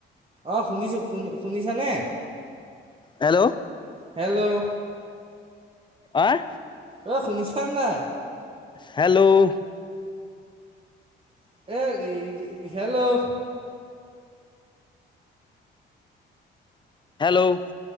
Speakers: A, on the right; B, on the left.
A: অ' শুনিছো শুনি শুনিছানে?
B: হেল্ল',
A: হেল্ল',
B: আহ,
A: অ শুনিছা নাই?
B: হেল্ল'
A: <unintelligible> হেল্ল'
B: হেল্ল'